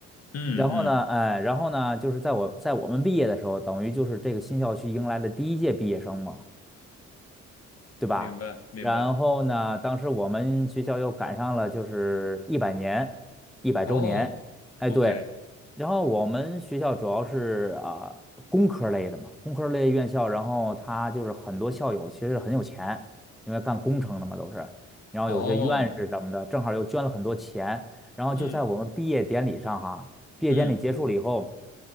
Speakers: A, on the left; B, in the centre.
A: 嗯嗯，
B: 然后呢，哎，然后呢，就是在我在我们毕业的时候，等于就是这个新校区迎来了第一届毕业生嘛。啊，
A: 明白明白。
B: 然后呢，当时我们学校又赶上了就是一百年，一百周年，
A: 哦，OK，
B: 哎对，然后我们学校主要是啊、工科类的嘛，工科类院校，然后他就是很多校友其实很有钱，因为干工程的嘛都是，然后有些院士什么的，
A: 哦，
B: 正好又捐了很多钱，然后就在我们毕业典礼上哈，
A: 嗯
B: 毕业典礼结束了以后，
A: 嗯，